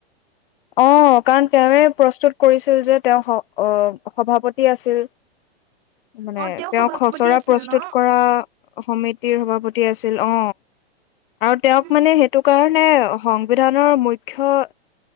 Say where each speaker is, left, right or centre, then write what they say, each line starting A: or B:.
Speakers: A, on the left; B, on the right.
A: অ কাৰণ তেওঁয়ে প্ৰস্তুত কৰিছিল যে তেওঁ সভাপতি আছিল মানে
B: অ', তেওঁ
A: তেওঁক
B: সভাপতি
A: খচৰা
B: আছিল
A: প্ৰস্তুত
B: ন?
A: কৰা সমিতিৰ সভাপতি আছিল অ আৰু তেওঁক
B: উম,
A: মানে সেইটো কাৰণে মানে সংবিধানৰ মুখ্য